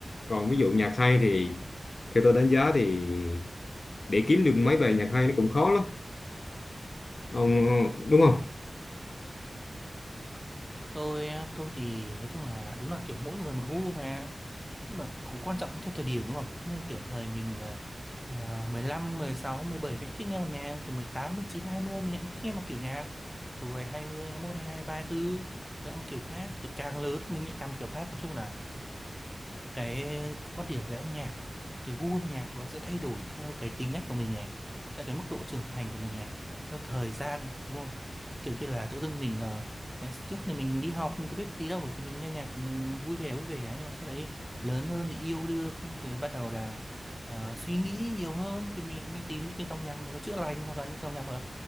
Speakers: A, on the left; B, in the centre.
A: còn ví dụ nhạc hay thì theo tôi đánh giá thì để kiếm được mấy bài nhạc hay nó cũng khó lắm ông đúng không
B: tôi tôi thì nói chung là đúng là kiểu mỗi người một gu mà nhưng mà cũng quan trọng cũng theo thời điểm đúng không như kiểu thời mình uh, uh, 15, 16, 17 mình cũng thích nghe một nhạc từ mười mười tám mười chín hai mươi mình cũng thích nghe một kiểu nhạc rồi 20, 21, mươi 24 lại một kiểu khác từ càng lớn mình lại càng một kiểu khác nói chung là cái quan điểm về âm nhạc cái gu âm nhạc nó sẽ thay đổi theo cái tính cách của mình này theo cái mức độ trưởng thành của mình này theo thời gian đúng không kiểu như là tự dưng mình ờ, ngày trước thì mình đi học mình có biết cái gì đâu thì mình nghe nhạc ừ, vui vẻ vui vẻ nhưng mà sau đấy lớn hơn thì yêu đương thì bắt đầu là ờ, suy nghĩ nhiều hơn thì mình lại tìm những cái dòng nhạc mà nó chữa lành hoặc là những dòng nhạc mà